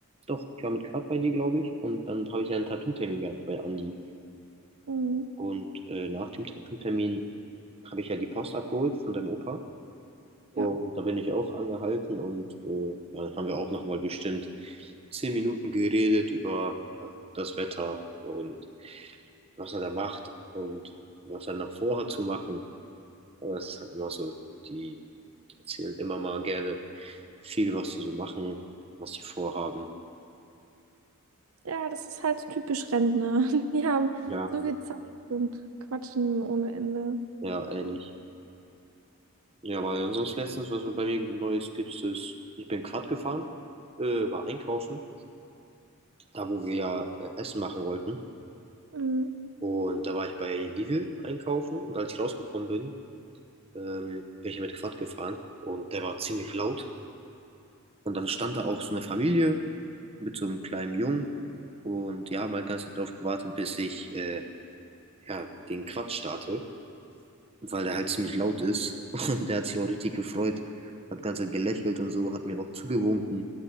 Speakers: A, on the right; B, on the right.
A: doch, ich war mit Quad bei dir, glaube ich, und dann habe ich ja einen Tattoo-Termin gehabt bei Andi.
B: Ja, mhm.
A: Und äh, nach dem Tattoo-Termin habe ich ja die Post abgeholt von deinem Opa und
B: ja.
A: da bin ich auch angehalten und äh, ja, dann haben wir auch nochmal bestimmt zehn Minuten geredet über ja, das Wetter und was er da macht und was er noch vorhat zu machen. Aber es ist halt immer so, die erzählen immer mal gerne viel, was sie so machen, was sie vorhaben.
B: Ja, das ist halt so typisch Rentner. <laughs> Die haben
A: Ja,
B: so viel Zeit und quatschen ohne Ende.
A: ja, ehrlich. Ja, weil sonst letztens, was bei mir Neues gibt, ist, ich bin Quad gefahren, äh, war einkaufen, da wo wir ja äh, Essen machen wollten.
B: Mhm.
A: Und da war ich bei Lidl einkaufen und als ich rausgekommen bin, ähm, bin ich mit Quad gefahren und der war ziemlich laut. Und dann stand da auch so eine Familie mit so einem kleinen Jungen und die haben halt ganz drauf gewartet, bis ich äh, ja, den Quatsch starte, weil der halt ziemlich laut ist. <laughs> Und der hat sich auch richtig gefreut, hat die ganze Zeit gelächelt und so, hat mir auch zugewunken.